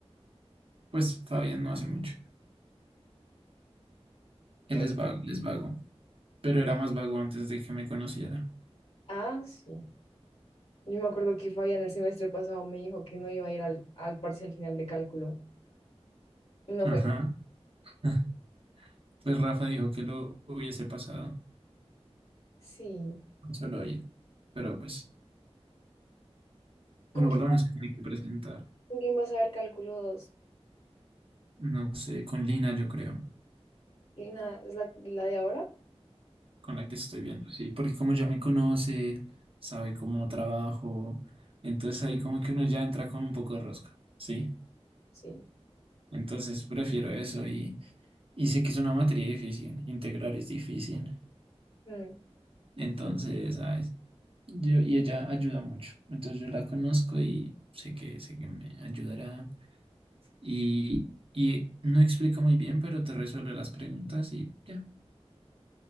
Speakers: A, on the right (about 55°); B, on the left (about 65°).
A: pues Fabián no hace mucho. Él
B: todo.
A: es vago, él es vago, pero era más vago antes de que me conociera.
B: Ah, sí. Yo me acuerdo que Fabián el semestre pasado me dijo que no iba a ir al, al parcial final de cálculo. Y no
A: Ajá.
B: fue.
A: <laughs> Pues Rafa dijo que lo hubiese pasado
B: Sí.
A: solo ahí, pero pues...
B: ¿Con
A: Bueno,
B: quién,
A: Gordana se tiene que presentar,
B: con quién vas a ver cálculo 2?
A: no sé, con Lina, yo creo,
B: ¿Lina es la, la de ahora?
A: con la que estoy viendo, sí, porque como ya me conoce, sabe cómo trabajo, entonces ahí como que uno ya entra con un poco de rosca, ¿sí?
B: Sí.
A: Entonces prefiero eso y, y sé que es una materia difícil, integrar es difícil,
B: Mm,
A: entonces, ay, yo, y ella ayuda mucho, entonces yo la conozco y sé que, sé que me ayudará y, y no explica muy bien, pero te resuelve las preguntas y ya,